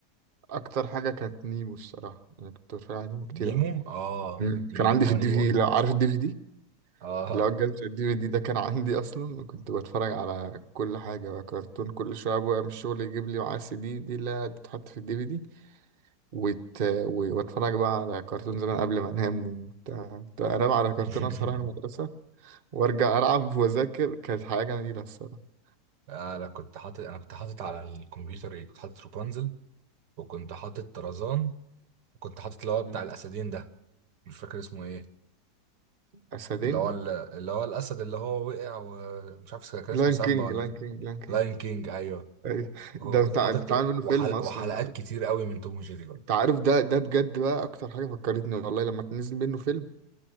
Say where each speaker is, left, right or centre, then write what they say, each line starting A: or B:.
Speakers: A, on the right; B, on the right.
A: اكتر حاجه كانت نيمو الصراحه انا كنت بتفرج على نيمو كتير
B: نيمو
A: قوي
B: اه
A: مم.
B: نيمو
A: كان عندي
B: اه
A: في الدي
B: نيمو
A: في دي لا عارف الدي في دي
B: اه
A: لو الجهاز الدي في دي ده كان عندي اصلا وكنت بتفرج على كل حاجه بقى كرتون كل شويه ابويا من الشغل يجيب لي معاه السي دي دي اللي بتتحط في الدي في دي وت... و- واتفرج بقى على كرتون زمان قبل ما انام وبتاع كنت انام على كرتون
B: <laughs>
A: اصحى اروح المدرسه وارجع العب واذاكر كانت حاجه جميله الصراحه
B: انا كنت حاطط انا كنت حاطط على الكمبيوتر ايه كنت حاطط رابنزل وكنت حاطط طرزان وكنت حاطط اللي هو
A: مم.
B: بتاع الاسدين ده مش فاكر اسمه ايه
A: اسدين
B: اللي هو ال- اللي هو الاسد اللي هو وقع ومش عارف كان
A: لان
B: اسمه سامبا
A: كينج
B: ولا
A: لان
B: كان-
A: كينج لان كينج
B: لاين كينج ايوه
A: أيوة.
B: هو
A: ده
B: كنت
A: بتاع
B: حاطط
A: بتعمل منه
B: وحلق
A: فيلم اصلا
B: وحلقات كتير قوي من توم وجيري بقى
A: انت عارف ده ده بجد بقى اكتر حاجه فكرتني والله لما نزل منه فيلم